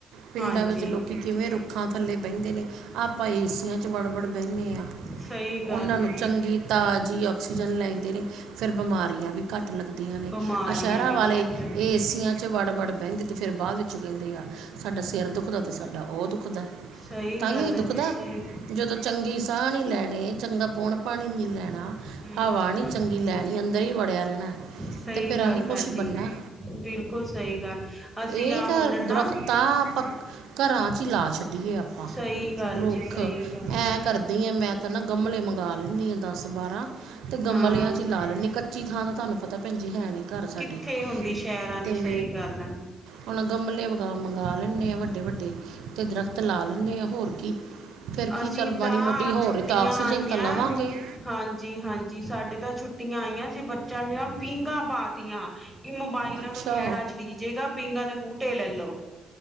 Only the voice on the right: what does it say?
ਪਿੰਡਾਂ
ਵਿੱਚ ਲੋਕੀ ਕਿਵੇਂ ਰੁੱਖਾਂ ਥੱਲੇ ਬੈਂਦੇ ਨੇ, ਆਪਾਂ ਏਸੀਆਂ ਚ- 'ਚ ਬੜਬੜ ਬੈਣੇ ਆਂ,
ਓਨਾਂ ਨੂੰ
ਚੰਗੀ ਤਾਜ਼ੀ ਆਕਸੀਜਨ ਲੈਂਦੇ ਨੇ। ਫੇਰ ਬਿਮਾਰੀਆਂ ਵੀ ਘੱਟ ਲੱਗਦੀਆਂ ਨੇ,
ਆ ਸ਼ਹਿਰਾਂ
ਵਾਲੇ-
ਏਸੀਆਂ ਚ ਵੜ ਵੜ ਬੈਂਦੇ, ਤੇ ਫੇਰ ਬਾਦ ਵਿੱਚੋਂ ਕੈਂਦੇ ਆ ਸਾਡਾ ਸਿਰ ਦੁੱਖ ਦਾ। ਸਾਡਾ ਓ ਦੁਖਦਾ,
ਤਾਂਈਓ
ਈ ਦੁਖਦਾ,
ਜਦੋਂ- ਚੰਗੀ ਸਾ ਨੀ ਲੈਣੇ, ਚੰਗਾ ਪੋਣ -ਪਾਣੀ ਨੀ ਲੈਣਾ।
ਹਵਾ ਨੀ ਚੰਗੀ ਲੈਣੀ, ਅੰਦਰ ਈ ਵੜਿਆ ਰੈਣਾ,
ਤੇ ਫੇਰ ਆਹੀ
ਕੁਛ
ਈ ਬੰਨਣਾ।
ਇਹ
ਦਰਖਤ ਤਾਂ ਆਪਾਂ ਘਰਾਂ' ਚ ਈ ਲਾ ਛੱਡੀਏ ਆਪਾਂ।
ਰੁੱਖ,
ਐਂ ਕਰਦੀ ਆ ਮੈਂ ਤਾਂ ਨਾ ਗਮਲੇ ਮੰਗਾ ਲੈਂਣੀ ਆਂ ਦਸ- ਬਾਰਾਂ। ਤੇ ਗਮਲਿਆਂ
'ਚ ਲਾ ਲੈਣੀ, ਕੱਚੀ ਥਾਂ ਤਾਂ ਤਾਨੂੰ ਪਤਾ ਭੈਣਜੀ ਹੈ ਨੀ ਘਰ ਸਾਡੇ।
ਤੇ
ਹੁਣ ਗਮਲੇ ਵ ਮੰਗਾ ਲੈਂਣੀ ਆਂ ਵੱਡੇ ਵੱਡੇ, ਤੇ ਦਰਖਤ ਲਾ ਲੈਂਣੀ ਆਂ। ਹੋਰ ਕੀ, ਫੇਰ ਕੀ
ਚੱਲ ਮਾੜੀ
ਮੋਟੀ ਹੋਰ
ਤਾਂ ਆਕਸੀਜਨ
ਤਾਂ ਲਵਾਂਗੇ।
ਅੱਛਾ